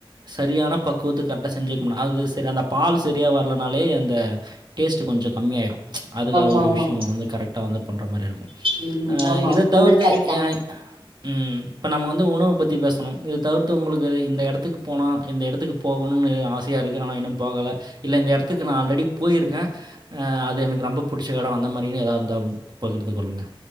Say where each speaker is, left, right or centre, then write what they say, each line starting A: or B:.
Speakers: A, on the right; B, on the right.
A: சரியான பக்குவத்துக் கரெக்ட்டா செஞ்சு வைக்கமுனு அது சரி அந்த பால் சரியா வரலனாலே அந்த டேஸ்ட்டு கொஞ்சு கம்மியாயிடு ம்ச் அதுல
B: ஆமா
A: ஒரு
B: ஆமா
A: விஷியோ வந்து கரெக்டா வந்து பண்ணுற மாரி இரு
B: ம்
A: ஆ
B: ஆமா
A: இத
B: சொல்றது
A: தவிர்த்து
B: கரெக்ட் தா
A: ஏ ம் இப்ப நம்ம வந்து உணவ பத்தி பேசணோ இத தவிர்த்து உங்களுக்கு இந்த எடத்துக்கு போனா இந்த எடத்துக்கு போகணும்னு ஆசையா இருக் கு நானா இன்னு போகல இல்ல இந்த எடத்துக்கு நா ஆல்ரெடி போயிருக்கே அது எனக்கு ரொம்ப புடிச்ச எடோ அந்த மாரின்னு எதா இருந்தாம் பகிர்ந்துக் கொள்ளுங்க